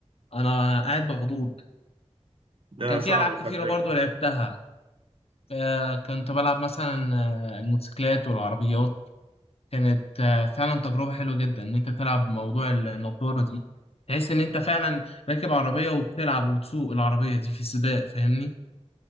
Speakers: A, on the left (about 60°); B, on the right (about 55°).
A: انا قاعد مخضوض
B: لا
A: كان
B: صعبة
A: في العاب كتيره
B: خلي بالك
A: برضو لعبتها آه، كنت بلعب مثلا آه، الموتوسيكلات والعربيات كانت آه، فعلا تجربة حلوة جدا إن أنت تلعب موضوع النضارة دي تحس إن أنت فعلا راكب عربية وبتلعب وبتسوق العربية دي في سباق فاهمني